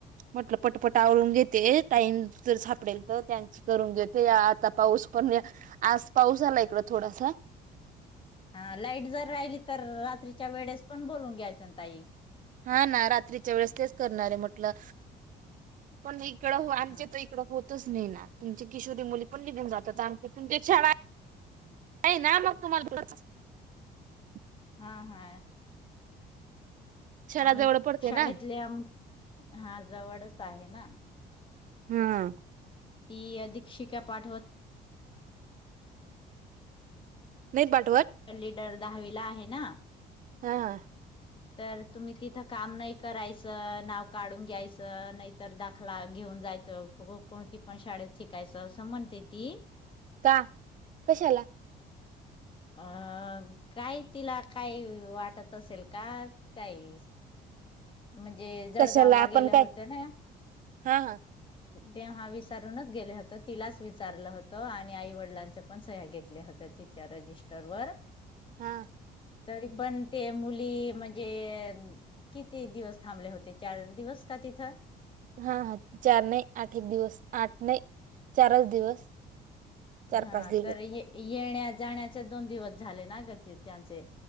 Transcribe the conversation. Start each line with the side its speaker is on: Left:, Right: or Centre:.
Right: म्हटलं पटपट आवरून घेते टाईम जर झा सापडेल प त्यांची करून घेते आता पाऊस पण आज पाऊस आला इकड थोडासा
Left: हा लाईट जर राहिली तर रात्रीच्या वेळेस पण बोलून घ्यायचन ताई
Right: हा ना रात्रीच्या वेळेस तेच करणार आहे म्हटलं पण इ इकड त आमच्या
Left: हा
Right: त इकंड होत च नही ना तुमचे किशोरी मुली पण निघून जातात. आणि तुमच्यात शाळा हाय ना मग तुम्हाला <unintelligible>
Left: हा हाआया
Right: शाळा
Left: आम्ही
Right: जवळ पडते
Left: शाडेतले
Right: ना
Left: आम हा जवडच आहे ना
Right: हा
Left: की दिक्क्षिका पाठवत
Right: नाहीत बाट
Left: लीडर दहावीला आहे ना
Right: हा हा
Left: तर तुम्ही तिथं काम नाही करायचं नाव काढून घ्यायचं नाय तर दाखला घेऊ ण जायचं को कोणती पण शाडेत शिकायचं असं म्हणते ती
Right: का कशाला?
Left: अ काय तिला काय वाटत असेल का काई म्हणजे जडगावला
Right: कशाला आपण
Left: गेले
Right: काय
Left: होते ना
Right: हा हा
Left: तेव्हा विसारूनच गेले होत. तिलाच विचारलं होतं. आणि आई वडिलांचे पण सह्या घेतल्या होत्या तिच्या रजिस्टर वर
Right: हा
Left: तरी पण ते मुली म्हणजे किती दिवस थांबले होते. चार दिवस का तिथं
Right: हा हा चार नाई आठ एक दिवस आठ नाई चारच दिवस चार
Left: हा
Right: पाच दिवस
Left: तर ये येण्या जाण्याचे दोन दिवस झाले ना ग ते त्यांचे